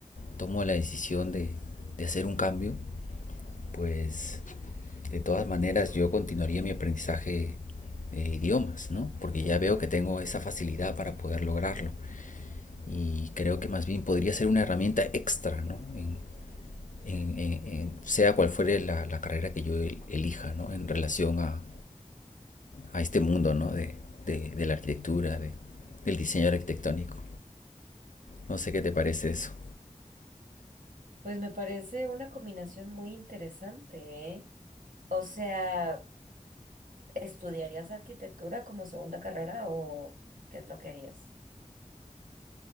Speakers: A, on the left; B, on the right.
A: tomo la decisión de, de hacer un cambio, pues de todas maneras yo continuaría mi aprendizaje de idiomas, ¿no? Porque ya veo que tengo esa facilidad para poder lograrlo. Y creo que más bien podría ser una herramienta extra, ¿no? En, en- en- en- sea cual fuere la, la carrera que yo elija, ¿no? En relación a, a este mundo, ¿no? De, de- de la arquitectura, de- del diseño arquitectónico. No sé qué te parece eso.
B: Pues me parece una combinación muy interesante, ¿eh? O sea, ¿estudiarías arquitectura como segunda carrera o qué es lo que harías?